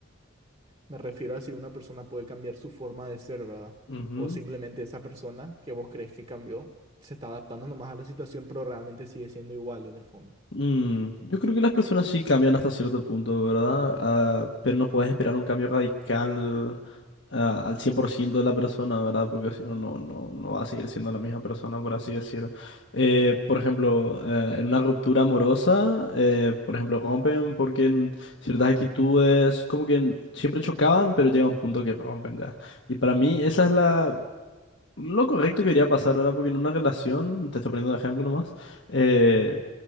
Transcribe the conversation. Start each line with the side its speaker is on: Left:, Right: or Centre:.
Right: Me refiero a si una persona puede cambiar su forma de ser, ¿verdad?
Left: Ujú.
Right: O simplemente esa persona que vos crees que cambió se está adaptando nomás a la situación, pero realmente sigue siendo igual en el fondo.
Left: Mm, yo creo que las personas sí cambian hasta cierto punto, ¿verdad? Ah, pero no puedes esperar un cambio radical ah, al 100% de la persona, ¿verdad? Porque si no, no, no, no va a seguir siendo la misma persona, por así decirlo. Eh, por ejemplo, eh, en una ruptura amorosa, eh, por ejemplo, rompen porque en ciertas actitudes como que n- siempre chocaban, pero llega un punto que rompen ya. Y para mí esa es la lo correcto que iría a pasar ahora, porque en una relación, te estoy poniendo un ejemplo nomás, eh,